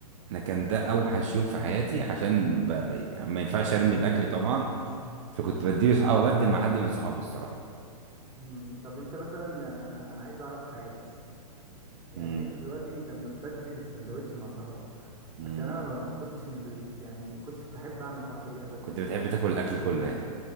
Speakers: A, on the right (about 50°); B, on the right (about 15°).
A: انا كان ده اوحش يوم في حياتي عشان ب... ما ينفعش ارمي الاكل طبعا فكنت بديله صح... او ابدل مع حد من صحابي الصراحه
B: مم، طب انت مثلا يعني انا انا عايز اعرف حاجة بس يعني
A: امم
B: انت دلوقتي لما تبدل السندوتش مع صاحبك
A: امم
B: عشان انا ما ما كنتش من اللي بي- يعني ما كنتش بحب اعمل الحركة دي ابدا
A: كنت بتحب تاكل الاكل كله يعني